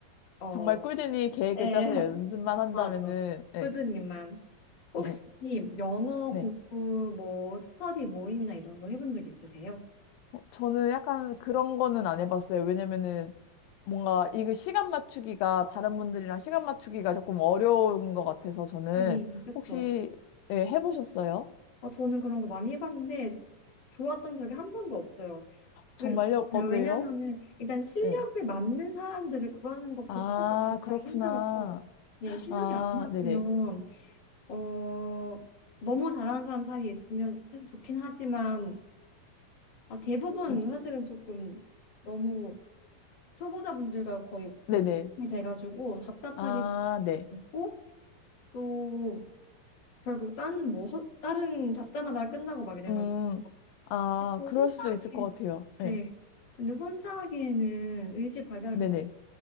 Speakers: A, on the left; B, on the left.
A: 어,
B: 정말 꾸준히 계획을
A: 네,
B: 짜서
A: <laughs>
B: 연습만 한다면은,
A: 맞아.
B: 예.
A: 꾸준히만. 혹시
B: 예.
A: 영어
B: 네.
A: 공부 뭐 스터디 모임이나 이런 거 해본 적 있으세요?
B: 어, 저는 약간 그런 거는 안 해봤어요. 왜냐면은 뭔가 이거 시간 맞추기가 다른 분들이랑 시간 맞추기가 조금 어려운 것 같아서 저는
A: 하긴 그쵸.
B: 혹시 예, 해보셨어요?
A: 어, 저는 그런 거 많이 해봤는데 좋았던 적이 한 번도 없어요. 그,
B: 정말요? 어,
A: 왜냐면은
B: 왜요?
A: 일단 실력에
B: 예.
A: 맞는 사람들을 구하는 것부터가
B: 아,
A: 굉장히
B: 그렇구나.
A: 힘들어서 네, 실력이
B: 아,
A: 안 맞으면
B: 네네.
A: 어 너무 잘하는 사람 사이에 있으면 사실 좋긴 하지만 아, 대부분
B: 음,
A: 사실은 조금 너무 초보자분들과 거의
B: 네네.
A: 이 돼가지고 답답하기만
B: 아, 네.
A: 고 또 결국 딴 뭐 다른 잡자마다 끝나고 막 이래가지고
B: 음, 아,
A: 근데 또
B: 그럴
A: 혼자
B: 수도
A: 하기
B: 있을 것 같아요.
A: 네
B: 예.
A: 근데 혼자 하기에는 의지박약이라
B: 네네.